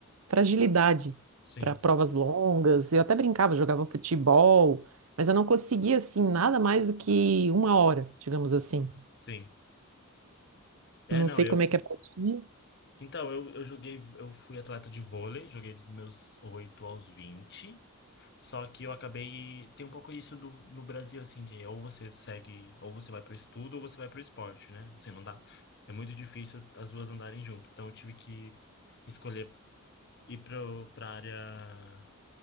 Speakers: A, on the right; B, on the left.
A: fragilidade
B: sim.
A: para provas longas. Eu até brincava, jogava futebol, mas eu não conseguia assim nada mais do que uma hora, digamos assim.
B: Sim. É,
A: Não
B: não,
A: sei
B: eu.
A: como é que é pra ti.
B: Então, eu, eu joguei, eu fui atleta de vôlei, joguei dos meus 8 aos vinte Só que eu acabei. Tem um pouco isso do, no Brasil, assim, de ou você segue, ou você vai pro estudo, ou você vai pro esporte, né? Assim, não dá. É muito difícil as duas andarem junto. Então, eu tive que escolher ir pro, pra área.